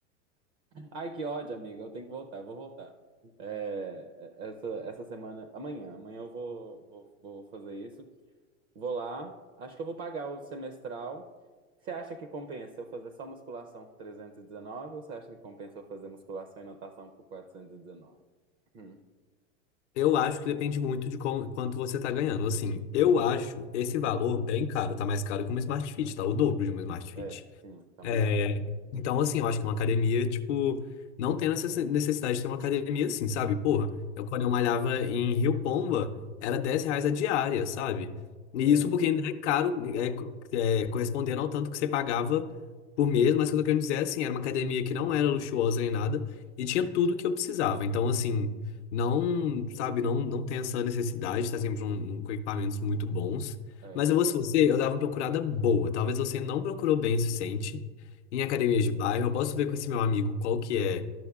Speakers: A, on the right; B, on the left.
A: Ai, que ódio, amiga. Eu tenho que voltar, vou voltar. É, essa, essa semana, amanhã, amanhã eu vou, vou, vou fazer isso. Vou lá, acho que eu vou pagar o semestral. Você acha que compensa eu fazer só musculação por 319 ou você acha que compensa eu fazer musculação e natação por 419? Hum,
B: Eu acho que depende muito de com- quanto você tá ganhando. Assim, eu acho esse valor
A: hum.
B: bem caro. Tá mais caro que um Smart Fit, tá? O dobro de um Smart
A: É,
B: Fit.
A: sim, tá muito
B: É,
A: caro.
B: então,
A: Hum,
B: assim, eu acho que uma academia, tipo, não tem necess- necessidade de ter uma academia assim, sabe? Porra,
A: uhum.
B: eu quando eu malhava em Rio Pomba, era 10 reais a diária, sabe? E
A: É,
B: isso porque ainda é caro, é, co- é, correspondendo ao tanto que você pagava por mês, mas o que eu tô querendo dizer é assim, era uma academia que não era luxuosa nem nada, e tinha tudo que eu precisava. Então, assim, não, sabe, não, não tem essa necessidade de estar sempre um- um- com equipamentos muito bons.
A: é.
B: Mas eu vou, se você, eu dava uma procurada boa. Talvez você não procurou bem o suficiente. Em
A: hum.
B: academias de bairro, eu posso ver com esse meu amigo qual que é